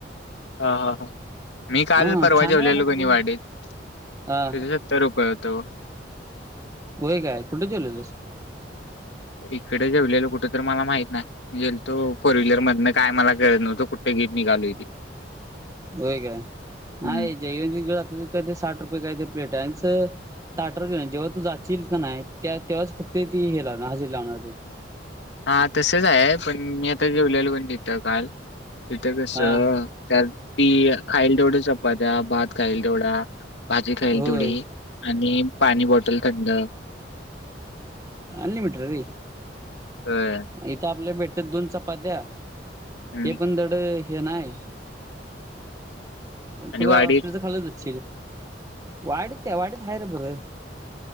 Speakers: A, on the left; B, on the right.
A: ह हा हं मी काल
B: हा
A: परवा
B: खानावळ
A: जेवलेलो
B: हायत
A: कीणय
B: रे
A: वाडीत.
B: हा
A: तिथं सत्तर रुपये होत.
B: होय काय कुठे जेवलेलास.
A: इकडे जेवलेलं कुठं तर मला माहित नाही. म्हणजे तो फोर व्हीलर मधन काय मला कळत नव्हतो कुठे घेेत निघालो.
B: होय काय
A: हम्म
B: नाही जैव काय ते साठ रुपये काय ते प्लेट आहेच. ताटर जेव्हा तू जाशील का नाही तेव्हाच फक्त ती हे लाव हजेरी लावणार.
A: हा तसच आहे पण मी आता जेवलेल पण तिथं काल तिथं कस
B: हा
A: त्या ती खाईल तेवढ्या चपात्या भात खाईल तेवढा भाजी खाईल
B: होय
A: तेवढी आणि पाणी बॉटल थंड.
B: अनलीमिटेड रे.
A: होय.
B: इथं आपल्याला भेटतात दोन चपात्या
A: हम्म.
B: ते पण धड हे नाही.
A: आणि
B: तु
A: वाडी
B: का ऑस्ट्रेलच खालच असशील वाढत काय वाढत हा रे बर.